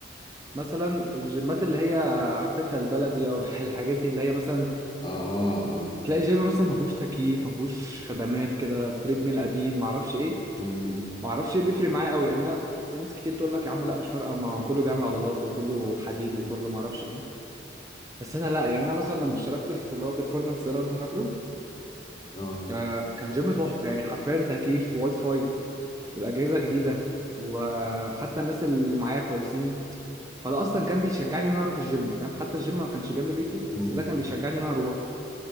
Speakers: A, on the right; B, on the left.
A: مثلا الجيمات اللي هي عارف انت البلدي او <laughs> الحاجات اللي هي مثلا
B: اه اه اه
A: تلاقي جيم مثلا ما فيهوش تكييف ما فيهوش خدمات كده تريد ميل قديم ما اعرفش ايه
B: مم.
A: ما اعرفش ليه بيفرق معايا قوي يعني انا في ناس كتير تقول لك يا عم لا مش فارقه ما كله بيعمل عضلات وكله حديد وكله ما اعرفش ليه بس انا لا يعني انا مثلا لما اشتركت في اللي هو بيرفورمانس ده لو انت فاكره
B: اه
A: آه كان جيم تحفه يعني حرفيا تكييف واي فاي والاجهزه جديده وحتى الناس اللي معايا كويسين فده اصلا كان بيشجعني ان انا اروح الجيم فاهم حتى الجيم ما كانش جنب بيتي
B: مم.
A: بس ده كان بيشجعني ان انا اروح